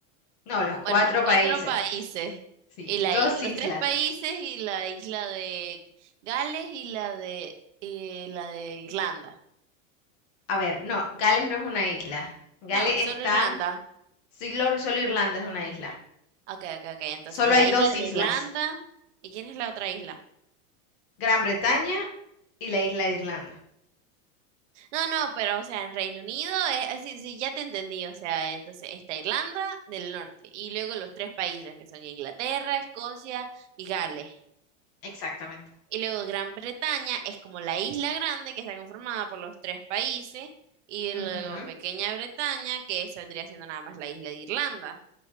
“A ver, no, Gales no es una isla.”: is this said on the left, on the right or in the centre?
Left